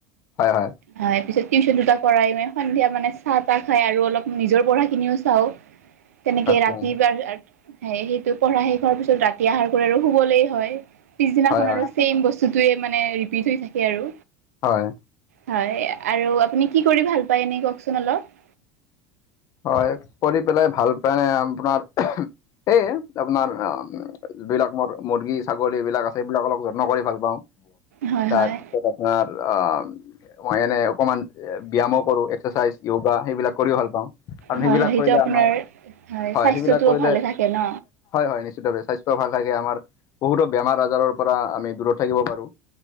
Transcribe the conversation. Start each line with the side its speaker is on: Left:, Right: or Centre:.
Left: হয়, হয়।
Right: হয় পিছত টিউশচন দুটা কৰাই সন্ধিয়া মানে চাহ তাহ খাই আৰু অলপ নিজৰ পঢ়াখিনিও চাওঁ। তেনেকে
Left: আচ্ছা
Right: ৰাতি বা স সেইটো পঢ়া শেষ হোৱাৰ পিছত ৰাতি আহাৰ কৰি আৰু শুবলে হয় পিছদিনাখন
Left: হয় হয়
Right: আৰু ছেম বস্তু বস্তুয়ে মানে ৰিপিট হৈ থাকে আৰু।
Left: হয়।
Right: হয় আৰু আপুনি কি কৰি ভাল পায় এনে কওকচোন অলপ।
Left: হয় কৰি পেলাই ভাল পায় নে আপোনাৰ সেয়ে আপোনাৰ যিবিলাক মু-মুৰ্গী ছাগলী বিলাক আছে এইবিলাক অলপ যত্ন কৰি ভাল পাওঁ,
Right: হয়
Left: তাৰপিছত
Right: হয়
Left: আপোনাৰ অ' মই এনে অকমান ব্যায়ামো কৰো, এক্সাৰচাইজ, য়োগা সেইবিলাক কৰিও ভাল পাওঁ। কাৰণ,
Right: হয়
Left: সেইবিলাক
Right: হয় সেইটো
Left: কৰিলে
Right: আপোনাৰ
Left: আমাৰ হয়
Right: স্বাস্থ্যটোও
Left: সেইবিলাক কৰিলে
Right: ভালে থাকে ন?
Left: হয়-হয় নিশ্চিত <unintelligible> স্বাস্থ্যও ভাল <unintelligible> আমাৰ। বহুতো বেমাৰ, আজাৰৰ পৰা আমি দূৰত থাকিব পাৰো।